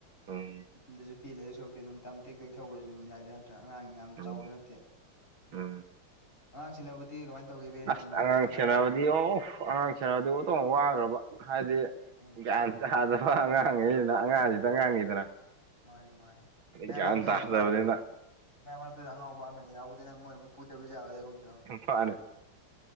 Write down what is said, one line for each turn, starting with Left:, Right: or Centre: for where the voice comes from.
Right: ꯎꯝ
Left: ꯌꯨꯝꯗꯖꯨ ꯐꯤ ꯂꯩꯗ‌ꯣꯏ ꯁꯔꯨꯛꯄꯨꯗꯤ ꯑꯗꯨꯝ ꯇꯝ ꯇꯦꯛ ꯇꯦꯛ ꯊꯧꯕꯖꯨ ꯑꯗꯨꯝ ꯌꯥꯏꯗ ꯅꯠꯇ꯭ꯔꯥ ꯑꯉꯥꯡ ꯌꯥꯝ
Right: ꯎꯝ
Left: ꯆꯥꯎꯕꯗꯤ ꯅꯠꯇꯦ
Right: ꯎꯝ
Left: ꯑꯉꯥꯡꯁꯦꯟꯅꯕꯨꯗꯤ ꯀꯃꯥꯏꯅ ꯇꯧꯒꯦ ꯚꯦꯟ
Right: ꯑꯁ
Left: ꯅꯨꯡ
Right: ꯑꯉꯥꯡ ꯁ‌ꯦꯅꯥꯕꯗꯤ
Left: ꯑꯃꯨꯛ
Right: ꯑꫭ ꯑꯉꯥꯡ ꯁ‌ꯦꯅꯕꯗꯤ ꯑꫭꯟꯊꫭꯛꯅ ꯋꯥꯈꯒ꯭ꯔꯕ ꯍꯥꯏꯗꯤ
Left: ꯎꯝ
Right: ꯒ꯭ꯌꯥꯟ ꯇꯥꯗ ꯑꯉꯥꯡꯒꯩꯅꯤꯗ- <unintelligible> ꯑꯉꯥꯡꯁꯤꯗ-ꯑꯉꯥꯡꯅꯤꯗꯅ
Left: ꯃꯥꯅꯤ ꯃꯥꯅꯤ ꯃꯌꯥꯝ
Right: ꯒ꯭ꯌꯥꯟ
Left: ꯃꯔꯛꯇꯨꯗ
Right: ꯇꯥꯗꯕꯅꯤꯅ
Left: ꯃꯌꯥꯝ ꯃꯔꯛꯇꯨꯗ ꯑꯉꯥꯎꯕ ꯑꯃ ꯑꯅꯤ ꯌꯥꯎꯕꯗꯨꯅ ꯃꫭꯏ ꯃꯨꯛ ꯄꯨꯗꯕ ꯌꯔꫭꯏꯗꯒꯨꯝ ꯇꯧ
Right: ꯃꯅꯦ